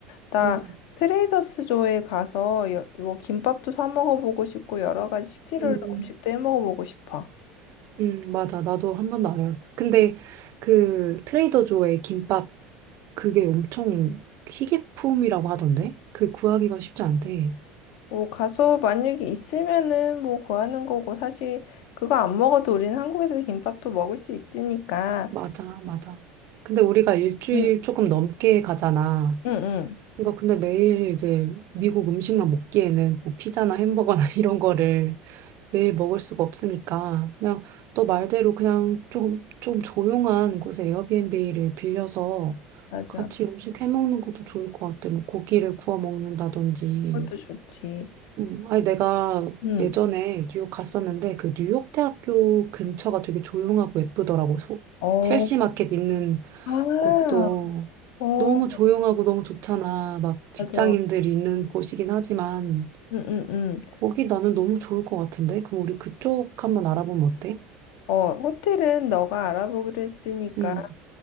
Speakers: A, on the left; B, on the right.
A: 나
B: 맞아.
A: 트레이더스조에 가서 여- 뭐 김밥도 사 먹어보고 싶고 여러 가지 식재료로
B: 음,
A: 음식도 해 먹어보고 싶어.
B: 음, 맞아. 나도 한 번도 안 해봤어. 근데 그 트레이더 조의 김밥 그게 엄청 희귀품이라고 하던데? 그 구하기가 쉽지 않대.
A: 뭐 가서 만약에 있으면은 뭐 구하는 거고 사실 그거 안 먹어도 우리는 한국에서 김밥도 먹을 수 있으니까
B: 맞아, 맞아. 근데 우리가 일주일
A: 응,
B: 조금 넘게 가잖아.
A: 응, 응.
B: 그러니까 근데 매일 이제 미국 음식만 먹기에는 뭐 피자나 햄버거나 <laughs> 이런 거를 매일 먹을 수가 없으니까 그냥 너 말대로 그냥 좀, 좀 조용한 곳에 에어비앤비를 빌려서
A: 맞아.
B: 같이 음식 해 먹는 것도 좋을 것 같아. 뭐 고기를 구워 먹는다든지.
A: 그것도 좋지.
B: 음, 아니 내가
A: 응.
B: 예전에 뉴욕 갔었는데 그 뉴욕 대학교 근처가 되게 조용하고 예쁘더라고. 소,
A: 어,
B: 첼시 마켓 있는
A: 아,
B: 곳도
A: 어,
B: 너무 조용하고 너무 좋잖아. 막 직장인들이
A: 맞아.
B: 있는 곳이긴 하지만
A: 응, 응, 응.
B: 거기 나는 너무 좋을 것 같은데? 그럼 우리 그쪽 한번 알아보면 어때?
A: 어, 호텔은 너가 알아보기로 했으니까
B: 음,